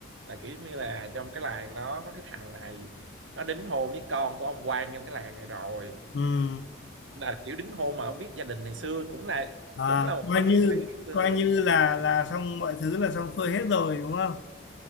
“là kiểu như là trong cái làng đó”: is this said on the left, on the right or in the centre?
Right